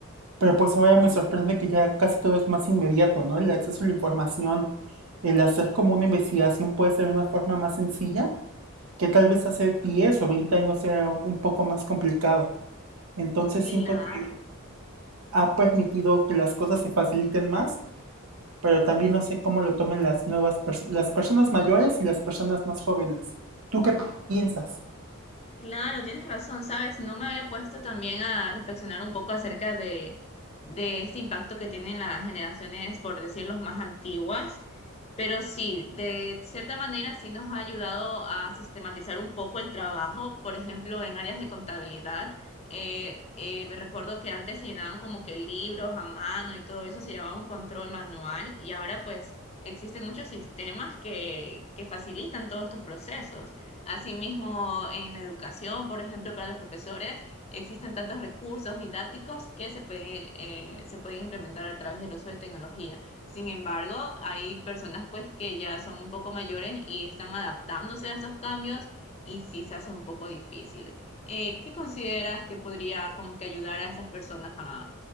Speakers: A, on the right; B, on the left.
A: Pero pues ahora me sorprende que ya casi todo es más inmediato, ¿no? El acceso a la información, el hacer como una investigación puede ser una forma más sencilla, que tal vez hace 10 o 20 años era un poco más complicado. Entonces
B: Claro,
A: siento que ha permitido que las cosas se faciliten más, pero también no sé cómo lo tomen las nuevas pers- las personas mayores y las personas más jóvenes. ¿Tú qué piensas?
B: claro, tienes razón, sabes, no me había puesto también a reflexionar un poco acerca de, de este impacto que tienen las generaciones, por decir, los más antiguas. Pero sí, de cierta manera sí nos ha ayudado a sistematizar un poco el trabajo, por ejemplo, en áreas de contabilidad. eh, eh, me recuerdo que antes se llenaban como que libros a mano y todo eso, se llevaba un control manual y ahora pues existen muchos sistemas que, que facilitan todos estos procesos. Asimismo, en educación, por ejemplo, para los profesores, existen tantos recursos didácticos que se pueden, eh, se pueden implementar a través del uso de tecnología. Sin embargo, hay personas pues que ya son un poco mayores y están adaptándose a estos cambios y sí se hace un poco difícil. Eh, ¿qué consideras que podría como que ayudar a estas personas a,